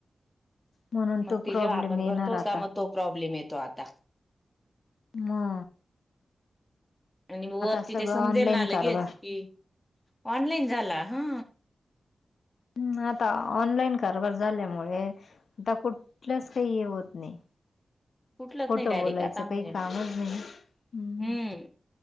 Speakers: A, on the left; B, on the left.
A: म्हणून
B: मग
A: तो
B: ते
A: प्रॉब्लेम
B: जेव्हा आपण
A: येणार
B: भरतो
A: आता
B: का मग तो प्रॉब्लेम येतो आता.
A: हा.
B: आणि मग वर
A: सगळं
B: तिथे समजेल
A: ऑनलाईन
B: ना लगेच
A: कारभार
B: कि ऑनलाईन झाला हा.
A: हम्म आता ऑनलाईन कारभार झाल्यामुळे, आता कुठल्याच काही हे होत नाही.
B: कुठलंच
A: खोटं
B: नाही डायरेक्ट
A: बोलायचं
B: आता म्हणजे
A: काही कामच नाही, हम्म.
B: हम्म